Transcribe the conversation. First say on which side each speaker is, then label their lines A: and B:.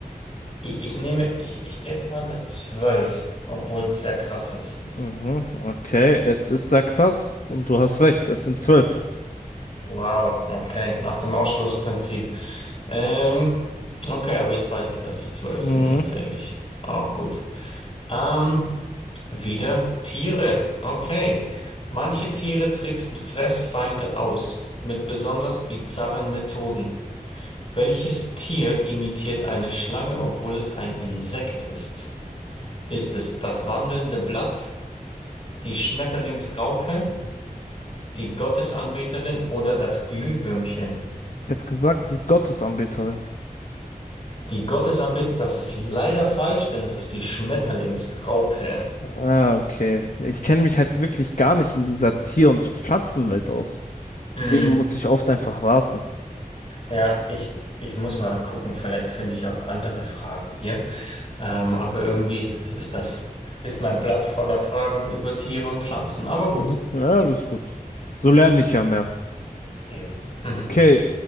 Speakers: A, on the left; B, on the left.
A: Ich, ich nehme, ich, ich gehe jetzt mal mit zwölf, obwohl es sehr krass ist.
B: Mhm, okay, es ist sehr krass und du hast recht, es sind zwölf.
A: Wow, okay, nach dem Ausschlussprinzip. Ähm, okay, aber jetzt weiß ich, dass es zwölf
B: Mhm.
A: sind tatsächlich. Auch gut. Ähm, wieder Tiere. Okay. Manche Tiere tricksen Fressfeinde aus mit besonders bizarren Methoden. Welches Tier imitiert eine Schlange, obwohl es ein Insekt ist? Ist es das wandelnde Blatt, die Schmetterlingsraupe? Die Gottesanbeterin oder das Glühwürmchen.
B: Ich hätte gesagt, die Gottesanbeterin.
A: Die Gottesanbeterin, das ist leider falsch, denn es ist die Schmetterlingsraupe.
B: Ah, okay. Ich kenne mich halt wirklich gar nicht in dieser Tier- und Pflanzenwelt aus.
A: Mhm.
B: Deswegen muss ich oft einfach warten.
A: Ja, ich, ich muss mal gucken, vielleicht finde ich auch andere Fragen hier. Ähm, aber irgendwie ist das, ist mein Blatt voller Fragen über Tiere und Pflanzen. Aber gut,
B: Mhm. Ja, alles gut. So lerne ich ja mehr.
A: eben. Mhm.
B: Okay,